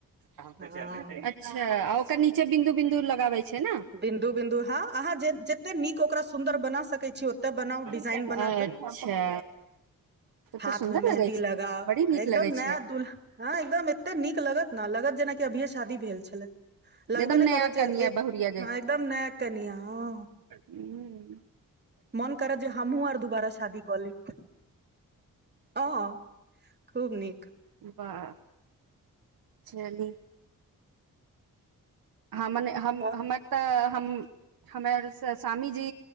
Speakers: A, on the right (about 70°); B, on the right (about 30°).
A: अच्छा
B: हँ
A: आ- ओकर नीचे बिन्दु बिन्दु लगाबै छै ने
B: बिन्दु बिन्दु हँ अहाँ जते जत्ते नीक ओकरा सुन्दर बना सकै छी ओते बनाउ डिजाइन
A: अच्छा
B: बना क
A: तब
B: हाथ
A: तऽ सुन्दर
B: मे मेहंदी
A: लगै छै
B: लगाउ
A: बड़ी नीक
B: एकदम
A: लगै
B: नया
A: छै
B: दूल्हा हँ एकदम एत्ते नीक लगत ने लगत जेना अभियै शादी भेल छलै
A: एकदम
B: लगबे नहि
A: नया
B: करत जे
A: कनिया
B: ए
A: बहुरिया जे
B: हँ एकदम कनियाँ हँ
A: हूँ
B: मन करत जे हमहूँ आर दुबारा शादी कऽ ली ओ खूब नीक
A: वाह चली हाँ मने हम
B: आओर
A: हम हमर तऽ हम हमे आर स स्वामीजी